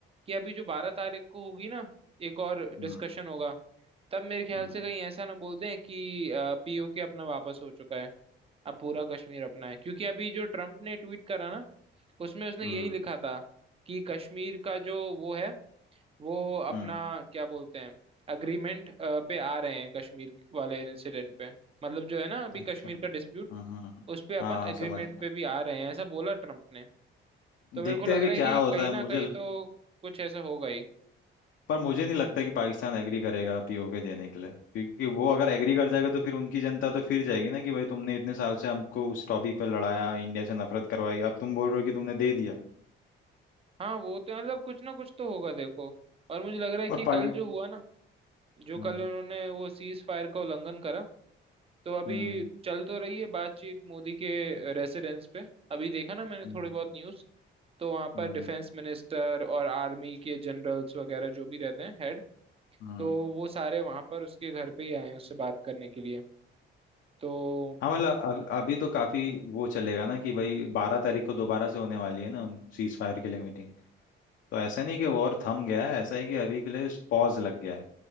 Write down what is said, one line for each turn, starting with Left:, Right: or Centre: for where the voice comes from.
Right: कि अभी जो बारह तारीख को होगी ना एक और
Left: हम्म
Right: डिस्कशन होगा तब मेरे ख्याल
Left: हम्म
Right: से कहीं ऐसा ना बोल दें कि पीओके अपना वापस हो चुका है अब पूरा कश्मीर अपना है क्योंकि अभी जो ट्रम्प ने ट्वीट करा ना उसमें उसने
Left: हम्म
Right: यही लिखा था कि कश्मीर का जो वो है वो अपना
Left: हम्म
Right: क्या बोलते हैं अग्रीमेंट पे आ रहे हैं कश्मीर वाले इंसिडेंट पे मतलब जो है ना अभी
Left: अच्छा
Right: कश्मीर का डिस्प्यूट
Left: हाँ हाँ हाँ
Right: उस पे अपन
Left: हाँ, समझ
Right: एग्रीमेंट
Left: में
Right: पे भी आ रहे हैं ऐसा बोला ट्रम्प ने तो मेरे
Left: देखते
Right: को लग
Left: हैं अभी
Right: रहा है
Left: क्या
Right: कि
Left: होता
Right: कहीं
Left: है
Right: ना
Left: मुझे
Right: कहीं तो कुछ ऐसा होगा ही
Left: पर मुझे नहीं लगता कि पाकिस्तान एग्री करेगा पीओके देने के लिए क्योंकि वो अगर एग्री कर जाएगा तो फिर उनकी जनता तो फिर जाएगी ना कि भाई तुमने इतने साल से हमको उस टॉपिक पर लड़ाया इंडिया से नफरत करवाई अब तुम बोल रहे हो कि तुमने दे दिया
Right: हाँ वो तो मतलब कुछ ना कुछ तो होगा देखो और मुझे लग रहा है कि
Left: और पाकि
Right: कल जो हुआ ना जो
Left: हम्म
Right: कल उन्होंने वो सीज फायर का उल्लंघन करा तो अभी
Left: हम्म
Right: चल तो रही है बातचीत मोदी के रेसिडेंस पे अभी देखा ना मैंने
Left: हम्म
Right: थोड़ी बहुत न्यूज तो वहाँ
Left: हम्म
Right: पर डिफेंस मिनिस्टर और आर्मी के जनरल्स वगैरह जो भी रहते हैं हेड
Left: हम्म।
Right: तो वो सारे वहाँ पर उसके घर पे ही आए हैं उससे बात करने के लिए तो
Left: हाँ मतलब अ- अभी तो काफी वो चलेगा ना कि भाई बारह तारीख को दोबारा से होने वाली है ना उन सीज फायर के लिए मीटिंग तो ऐसा नहीं
Right: हम्म
Left: कि वॉर थम गया है ऐसा है कि अभी के लिए पॉज लग गया है